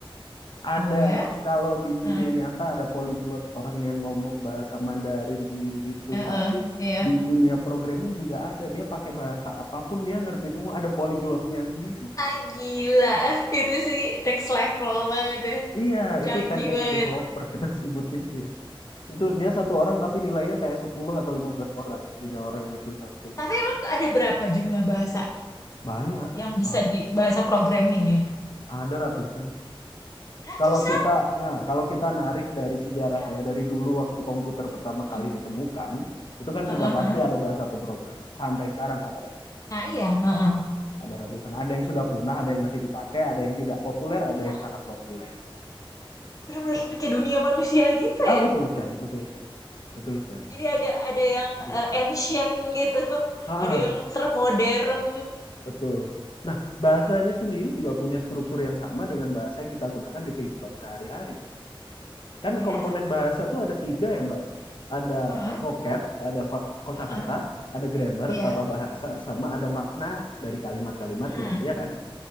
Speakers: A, on the left; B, on the left.
A: Ada
B: Oh ya?
A: kalau di
B: Hmm.
A: dunia nyata ada polyglot orang yang ngomong bahasa Mandarin ini itu
B: Eh,
A: fasih.
B: eh, Iya.
A: Di dunia programming juga ada. Dia pakai bahasa apapun dia ngerti semua. Ada polyglotnya sendiri.
B: Ah gila. Itu sih next level banget ya.
A: Iya,
B: Canggih
A: itu 10x
B: banget.
A: developer kita <laughs> sebutnya. Iya. Itu dia satu orang tapi nilainya kayak 10 atau 15 orang punya orang itu satu.
B: Tapi emang ada berapa jumlah bahasa
A: Banyak.
B: yang bisa
A: Ah,
B: di bahasa programming ya?
A: ada ratusan.
B: Ratusan.
A: Kalau kita, nah, kalau kita narik dari sejarahnya,
B: Gila.
A: dari dulu waktu komputer pertama
B: Hmm.
A: kali ditemukan, itu kan
B: Eh,
A: sudah
B: eh,
A: pasti
B: eh.
A: ada bahasa pemrograman. Sampai sekarang ada ratusan,
B: Nah iya. eh, eh.
A: ada ratusan. Ada yang sudah punah, ada yang masih dipakai, ada yang tidak populer, ada
B: Ya
A: yang sangat populer.
B: bener-bener kayak dunia manusia gitu
A: Ah,
B: ya.
A: betul sekali, betul sekali, betul sekali,
B: Jadi ada ada yang
A: betul
B: eh,
A: sekali.
B: ancient gitu, <laughs>
A: Ah,
B: ada yang
A: ah,
B: termodern.
A: betul. Nah, bahasanya sendiri juga punya struktur yang sama dengan bahasa yang kita gunakan di kehidupan sehari-hari. kan
B: Oh ya?
A: komponen bahasa tuh ada tiga ya mbak ya ada
B: Heeh,
A: vocab ada ko- kosakata
B: heeh,
A: ada grammar
B: iya.
A: tata bahasa sama ada makna dari kalimat-kalimatnya
B: Mm-mm,
A: ya kan